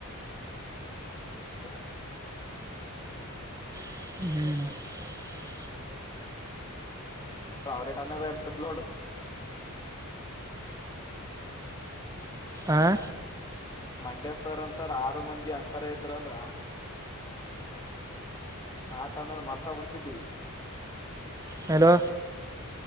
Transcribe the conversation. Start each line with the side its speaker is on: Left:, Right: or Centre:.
Left: <unintelligible>
Right: <unintelligible>
Left: ಅವ್ರೇ ಅನ್ನದ ಇರ್ತದ ನೋಡು
Right: ಆ
Left: ಮಂಡ್ಯ ಸರ್ ಅಂತ ಅಂತ ಆರು ಮಂದಿ ಅಂತರ ಇದ್ರರು ಅಂದ್ರ ಆಟ ಅನ್ನೋದು ಮರ್ತಾ ಬಿಡ್ತಿದ್ದೀವಿ
Right: ಹಲೋ